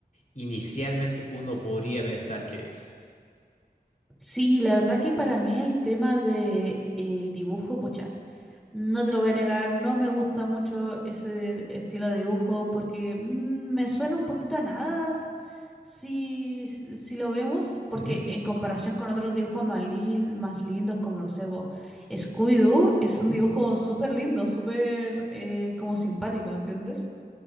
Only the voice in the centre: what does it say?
Sí, la verdad que para mí el tema de el dibujo, pucha. No te lo voy a negar, no me gusta mucho ese de- estilo de dibujo porque mm, me suena un poquito a nada si, si lo vemos, porque
en comparación con otros dibujos más, li- más lindos como lo sé, po, Scooby-Doo es
un dibujo súper lindo, súper eh, como simpático, ¿me entiendes?